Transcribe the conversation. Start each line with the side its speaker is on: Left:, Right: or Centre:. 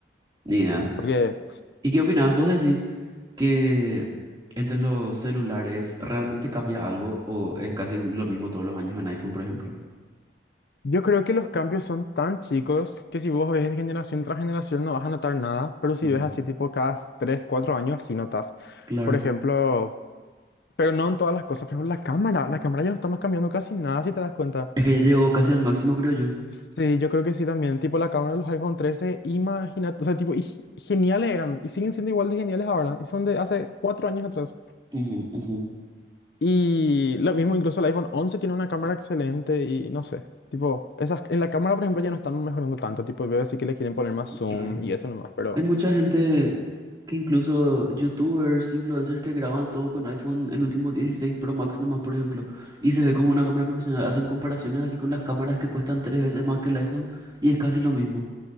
Right: Ni idea.
Left: Porque
Right: ¿Y qué opinas ¿Vos decís que entre los celulares realmente cambia algo o es casi lo mismo todos los años en iPhone, por ejemplo?
Left: yo creo que los cambios son tan chicos que si vos ves de generación tras generación no vas a notar nada. Pero si
Right: Mm,
Left: ves así tipo cada 3 4 años sí notas.
Right: Claro.
Left: Por ejemplo, pero no en todas las cosas. Por ejemplo, la cámara. La cámara ya no estamos cambiando casi nada si te das cuenta.
Right: Es que ya llegó casi al máximo, creo yo.
Left: Sí, yo creo que sí también. Tipo la cámara de los iPhone 13 imagínate, o sea, tipo, y ge- geniales eran. Y siguen siendo igual de geniales ahora. Y son de hace cuatro años atrás.
Right: Ujú, ujú.
Left: Y lo mismo, incluso el iPhone 11 tiene una cámara excelente y no sé, tipo, esas, en la cámara, por ejemplo, ya no están mejorando tanto, tipo, veo sí que le quieren poner más zoom
Right: Claro.
Left: y eso nomás, pero
Right: Hay mucha gente que incluso youtubers, influencers que graban todo con iPhone, el último 16 Pro Max nomás, por ejemplo, y se ve como una cámara profesional. Hacen comparaciones así con las cámaras que cuestan tres veces más que el iPhone y es casi lo mismo